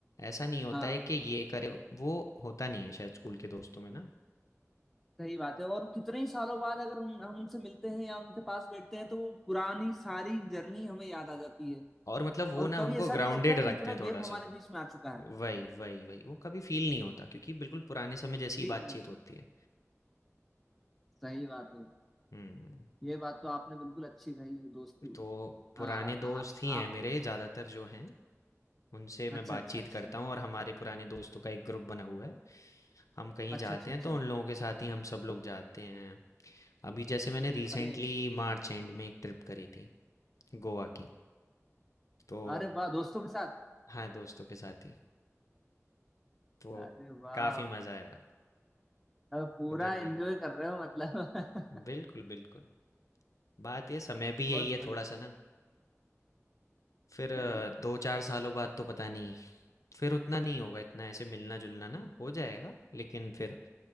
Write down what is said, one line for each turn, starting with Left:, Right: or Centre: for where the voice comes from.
Left: ऐसा नहीं होता
Centre: हाँ
Left: है कि ये करे वो होता नहीं है शायद स्कूल के दोस्तों में ना
Centre: सही बात है और कितने ही सालों बाद अगर हम हम उनसे मिलते हैं या उनके पास बैठते हैं तो वो पुरानी सारी जर्नी हमें याद आ जाती है
Left: और मतलब वो
Centre: और
Left: ना
Centre: कभी
Left: हमको
Centre: ऐसा
Left: ग्राउंडेड
Centre: नहीं लगता कि
Left: रखते
Centre: इतना
Left: हैं थोड़ा
Centre: गैप हमारे
Left: सा
Centre: बीच में आ चुका
Left: वही,
Centre: है
Left: वही, वही। वो कभी फ़ील नहीं होता क्योंकि बिल्कुल पुराने समय जैसी
Centre: ठीक
Left: ही बातचीत
Centre: नहीं होता
Left: होती है।
Centre: सही बात है
Left: हुँ,
Centre: ये बात तो आपने बिल्कुल अच्छी कही दोस्ती
Left: तो पुराने
Centre: आ, आ,
Left: दोस्त ही
Centre: आ,
Left: हैं मेरे ज़्यादातर जो हैं, उनसे मैं
Centre: अच्छा
Left: बातचीत
Centre: अच्छा अच्छा
Left: करता हूँ और हमारे पुराने दोस्तों का एक ग्रुप बना हुआ है। हम कहीं
Centre: अच्छा
Left: जाते
Centre: अच्छा
Left: हैं
Centre: अच्छा
Left: तो उन लोगों के साथ ही हम सब लोग जाते हैं। अभी जैसे मैंने रिसेंटली
Centre: अरे
Left: मार्च एंड में एक ट्रिप करी थी गोवा की, तो
Centre: अरे वाह दोस्तों के साथ
Left: हाँ, दोस्तों के साथ ही। तो
Centre: अरे वाह
Left: काफ़ी मज़ा आया
Centre: अब पूरा
Left: उधर
Centre: एंजॉय
Left: भी।
Centre: कर रहे हो मतलब
Left: बिल्कुल, बिल्कुल। बात ये समय
Centre: <laughs>
Left: भी
Centre: बहुत
Left: यही है
Centre: बढ़िया
Left: थोड़ा-सा ना फिर अ,
Centre: सही
Left: 2-4 सालों बाद तो पता नहीं फिर उतना नहीं होगा इतना ऐसे मिलना जुलना ना हो जाएगा लेकिन फिर